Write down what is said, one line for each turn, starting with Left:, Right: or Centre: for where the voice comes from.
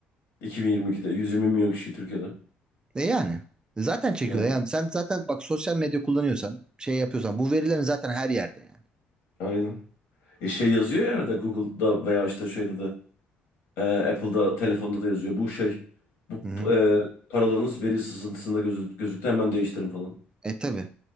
Left: 2022'de 120 milyon kişi Türkiye'de.
Right: E yani. Zaten çekiyor.
Left: Yani
Right: Yani sen zaten bak sosyal medya kullanıyorsan, şey yapıyorsan bu verilerin zaten her yerde yani.
Left: aynen. E şey yazıyor ya arada Google'da veya işte şeyde de Ee, Apple'da telefonda da yazıyor. Bu şey bu
Right: Hı-hı.
Left: e, paralarınız veri sızıntısında gözü, gözüktü hemen değiştirin falan.
Right: E tabii